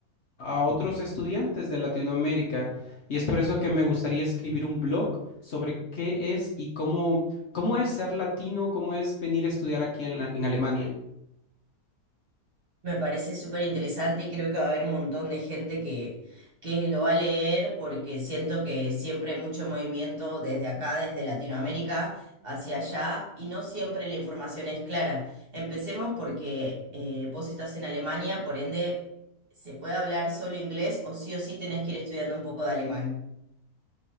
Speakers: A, on the left (about 55°); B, on the right (about 40°).
A: a otros estudiantes de Latinoamérica. Y es por eso que me gustaría escribir un blog sobre qué es y cómo, cómo es ser latino, cómo es venir a estudiar aquí en la- en Alemania.
B: Me parece súper interesante y creo que va a haber un montón de gente que, que lo va a leer porque siento que siempre hay mucho movimiento desde acá, desde Latinoamérica hacia allá y no siempre la información es clara. Empecemos porque eh, vos estás en Alemania, por ende, se puede hablar solo inglés o sí o sí tenés que ir estudiando un poco de alemán.